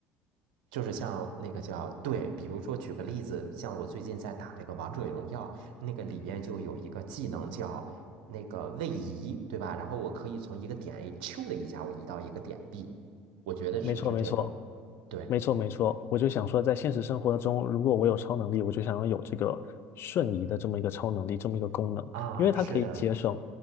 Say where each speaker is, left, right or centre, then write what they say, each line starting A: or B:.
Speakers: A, on the right; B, on the left.
A: 就是像那个叫对，比如说举个例子，像我最近在打这个王者荣耀，那个里边就有一个技能叫那个位移，对吧？然后我可以从一个点 A 咻的一下，我移到一个点 B，我觉得是不是这种？
B: 没错，没错，
A: 对
B: 没错，没错。我就想说，在现实生活中，如果我有超能力，我就想要有这个瞬移的这么一个超能力，这么一个功能，
A: 啊，
B: 因为它可以节省，
A: 是的